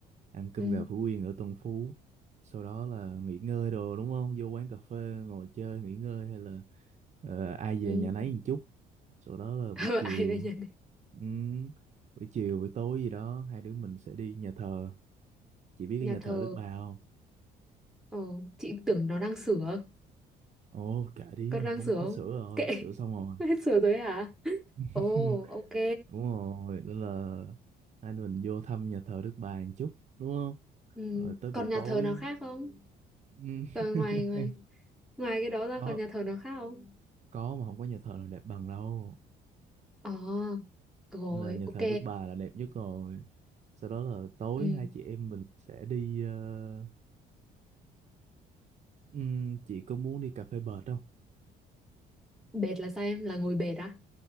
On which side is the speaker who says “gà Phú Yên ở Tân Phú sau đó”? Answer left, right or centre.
Right